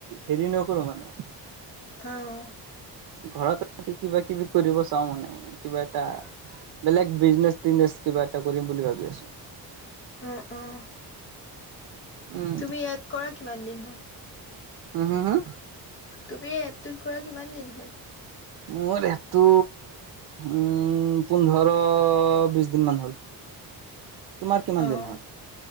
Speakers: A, on the right; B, on the left.
A: হেৰি নকৰোঁ মানে।
B: অ'।
A: ঘৰত থাকি কিবা কিবি কৰিব চাওঁ মানে মই কিবা এটা।
B: <unintelligible>
A: বেলেগ বিজনেছ তিজনেচ কিবা এটা কৰিম বুলি ভাবি আছোঁ।
B: অ', অ',
A: উম,
B: তুমি ইয়াত কৰা কিমান দিন হ'ল?
A: হো-হো-হো।
B: তুমি এপটোত কৰা কিমান দিন হ'ল?
A: মোৰ এপটো উম পোন্ধৰ বিশ দিন মান হ'ল। তোমাৰ কিমান
B: অ',
A: দিন হ'ল?